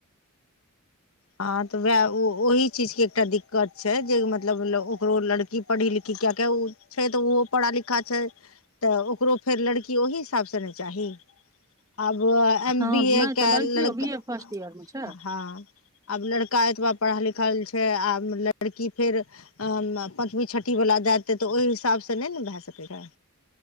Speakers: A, on the left (about 75°); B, on the right (about 15°).
A: हँ तऽ वएह ओहि चीज के एकटा दिक्कत दिक्कत छै जे मतलब ओकरो लड़की पढ़ी लिखी कए के ओ छै तऽ ओहो पढ़ा लिखा छै तऽ ओकरो फेर लड़की ओहि हिसाब से ने चाही आब एम
B: हँ
A: बी
B: नहि
A: ए
B: तऽ
A: के
B: लड़कियो
A: ल
B: बी
A: हँ <unintelligible>
B: ए फर्स्ट ईयर मे छै
A: आब लड़का एतबा पढ़ल लिखल छै आब लड़की फेर पंचमी छठी वला जाय देै तऽ ओहि हिसाबसँ नहि ने भए सकै छै